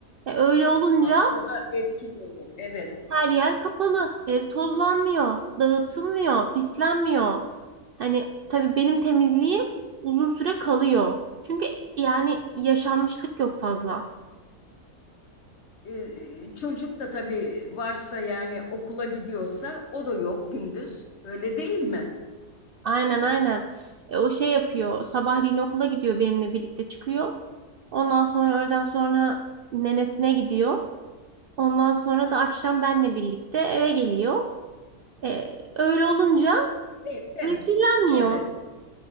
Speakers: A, on the right; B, on the left.
A: E öyle olunca
B: Bak o da etkili olur. Evet.
A: her yer kapalı. Ev tozlanmıyor, dağıtılmıyor, pislenmiyor. Hani tabii benim temizliğim uzun süre kalıyor. Çünkü yani yaşanmışlık yok fazla.
B: Ee, çocuk da tabii varsa yani okula gidiyorsa o da yok gündüz. Öyle değil mi?
A: Aynen
B: Ee,
A: aynen. E, o şey yapıyor. Sabahleyin okula gidiyor benimle birlikte çıkıyor. Ondan sonra öğleden sonra nenesine gidiyor. Ondan sonra da akşam benle birlikte eve geliyor. E, öyle olunca
B: ev temiz.
A: öykülenmiyor.
B: Evet.